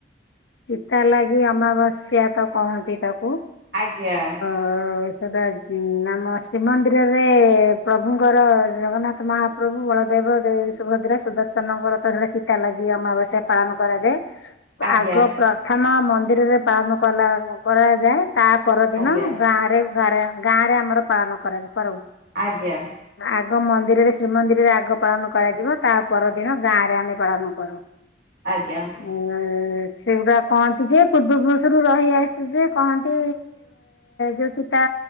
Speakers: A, on the left; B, on the right.
A: ଚିତା ଲାଗି ଅମାବାସ୍ୟା ତ କହନ୍ତି ତାକୁ।
B: ଆଜ୍ଞା!
A: ଓ ସେଟା ଉଁ ଆମ ଶ୍ରୀମନ୍ଦିରରେ ପ୍ରଭୁଙ୍କର ଜଗନ୍ନାଥ ମହା ପ୍ରଭୁ ବଳଦେବ ଦେବୀ ସୁଭଦ୍ରା, ସୁଦର୍ଶନଙ୍କର ତ ହେଳେ ଚିତା ଲାଗି ଅମାବାସ୍ୟା ପାଳନ କରାଯାଏ।
B: ଆଜ୍ଞା
A: ଆଗ ପ୍ରଥମ ମନ୍ଦିରରେ ପାଳନ କଲା କରାଯାଏ। ତା ପରଦିନ
B: ଆଜ୍ଞା
A: ଗାଁରେ ଗଁ ଗାଁରେ ଆମର ପାଳନ କରାଯାଏ କରହୁଏ।
B: ଆଜ୍ଞା!
A: ଆଗ ମନ୍ଦିରରେ ଶ୍ରୀମନ୍ଦିରରେ ଆଗ ପାଳନ କରାଯିବ। ତା ପରଦିନ ଗାଁରେ ଆମେ ପାଳନ କରୁ। ଁ <inaudible>
B: ଆଜ୍ଞା।
A: ଆ ସେଗୁଡା କହନ୍ତି ଯେ ପୂର୍ବପୁରୁଷରୁ ରହି ଆଇଚି ଯେ କହନ୍ତି ଯୋଉ ଚିତା